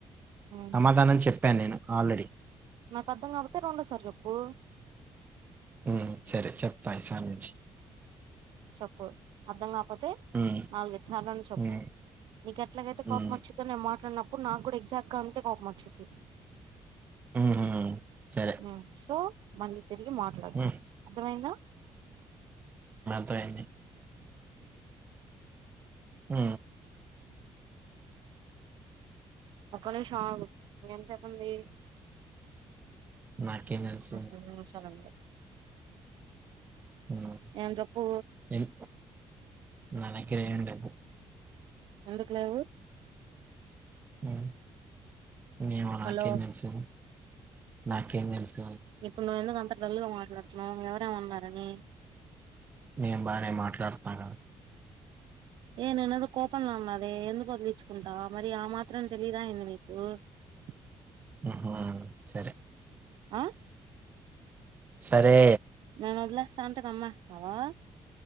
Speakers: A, on the right (about 80°); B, on the right (about 20°).
A: ఉమ్
B: సమాధానం చెప్పాను నేను ఆల్రెడీ
A: నాకు అర్థం కాకపోతే రెండోసారి చెప్పు
B: ఉ సరే చెప్తా ఈసారి నుంచి
A: చెప్పు అర్ధం కాకపోతే
B: హ్మ్.
A: నాలుగు ఐదు సార్లైన చెప్పు
B: హ్మ్.
A: మీకు ఎట్లాగైతే
B: హ్మ్.
A: కోపం వచ్చిదో నేను మాట్లాడినప్పుడు, నాకు కూడా ఎగ్జాక్ట్ గా అంతే కోపం వచ్చిది.
B: హ్మ్. హ్మ్. సరే.
A: మ్ సో మళ్లీ తిరిగి మాట్లాడు
B: హ్మ్.
A: అర్థమైందా
B: అయింది హు
A: ఒక్కనిమిషం ఆగు ఇంక ఎంతసేపు ఉంది.
B: నాకేం తెలుసు?
A: రెండు నిమిషాలు ఉంది
B: హ్మ్.
A: ఎమన్న చెప్పు
B: ఎన్ నా దగ్గర ఏం లేవు
A: ఎందుకు లేవు
B: మ్ ఏమో నాకేం
A: హలో
B: తెలుసు, నాకేం తెలుసు
A: ఇప్పుడు నువ్వు ఎందుకు అంత డల్లుగా మాట్లాడుతున్నావు ఎవరేమన్నారని
B: నేను బానే మాట్లాడుతున్నా గా
A: ఏ నేనదో కోపంలో అన్న అది ఎందుకు వదిలించుకుంటా మరి ఆ మాత్రం తెలిదా ఏంది నీకు <unintelligible>
B: ఆ సరే
A: అ
B: సరే
A: నేను వదిలేస్తా అంటే నమ్మేస్తావా